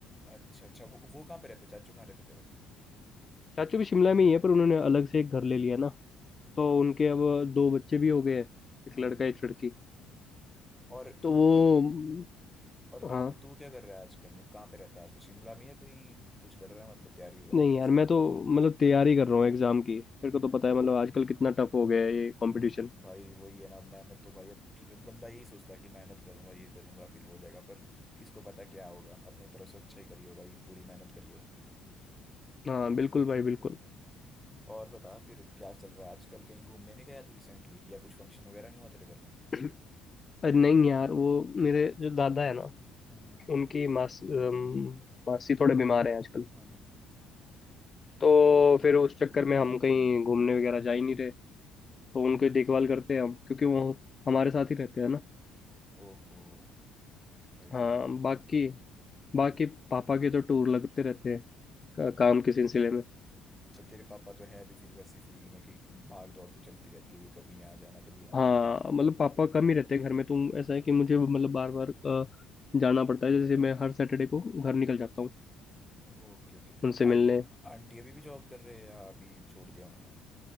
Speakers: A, in the centre; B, on the left (about 30°).
A: अच्छा अच्छा वो वो कहाँ पे रहते चाचू कहाँ रहते तेरे
B: चाचू भी शिमला में ही है पर उन्होंने अलग से एक घर ले लिया ना तो उनके अब दो बच्चे भी हो गए हैं एक
A: हम्म
B: लड़का एक लड़की
A: और
B: तो
A: तू
B: वो
A: तू और तू
B: हाँ
A: तू क्या कर रहा है आजकल मतलब कहाँ पे रहता है आजकल शिमला में या कहीं कुछ कर रहा है मतलब तैयारी वगैरह
B: नहीं
A: की
B: यार
A: एग्जाम
B: मैं तो
A: की
B: मतलब तैयारी कर रहा हूँ एग्जाम की मेरे को
A: नहीं
B: तो पता है मतलब आजकल कितना टफ हो गया है ये
A: हम्म,
B: कंपटीशन
A: भाई वही है ना मेहनत तो भाई अब कि- बंदा यही सोचता है कि मेहनत करूंगा ये करूंगा फिर हो जाएगा पर किसको पता क्या होगा अपनी तरफ से अच्छा ही करियो भाई पूरी मेहनत करियो
B: हाँ बिल्कुल भाई बिल्कुल
A: और बता फिर क्या चल रहा है आजकल कहीं घूमने नहीं गया तू रिसेंटली या कुछ फंक्शन वगैरह नहीं हुआ तेरे घर में
B: <clears throat> अरे नहीं यार वो मेरे जो दादा है ना
A: हम्म हम्म,
B: उनकी मास अम, मासी थोड़े बीमार हैं आजकल
A: हम्म।
B: तो फिर उस चक्कर में हम कहीं घूमने वगैरह जा ही नहीं रहे तो उनकी देखभाल करते हैं हम क्योंकि वो हमारे साथ ही रहते हैं ना
A: ओहो ये भाई
B: हाँ
A: बुरा
B: बाकी बाकी पापा के तो टूर लगते रहते हैं का, काम के सिलसिले में
A: अच्छा तेरे पापा तो है अभी फिर वैसी फील्ड में कि भाग दौड़ तो चलती रहती हुई कभी यहाँ जाना कभी वहां
B: हाँ
A: जाना
B: मतलब पापा कम ही रहते हैं घर में तो ऐसा है कि मुझे मतलब बार बार जाना पड़ता है जैसे मैं हर सैटरडे को घर निकल जाता हूँ
A: Okay okay
B: उनसे
A: आं,
B: मिलने
A: आंटी अभी भी जॉब कर रहे हैं या अभी छोड़ दिया उन्होंने